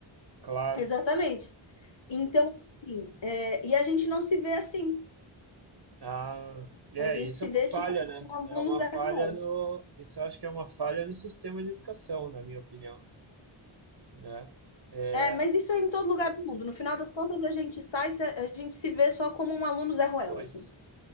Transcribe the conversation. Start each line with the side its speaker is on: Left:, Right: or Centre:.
Right: Claro.
Left: Exatamente. Então, assim, é, e a gente não se vê assim.
Right: Ah, é,
Left: A gente
Right: isso
Left: se
Right: é uma
Left: vê,
Right: falha,
Left: tipo, como
Right: né? É
Left: alunos
Right: uma
Left: zero.
Right: falha no, isso eu acho que é uma falha no sistema de educação, na minha opinião, né? É,
Left: É, mas isso é em todo lugar do mundo. No final das contas, a gente sai, se- a gente se vê só como um aluno Zé Ruela,
Right: pois.
Left: assim.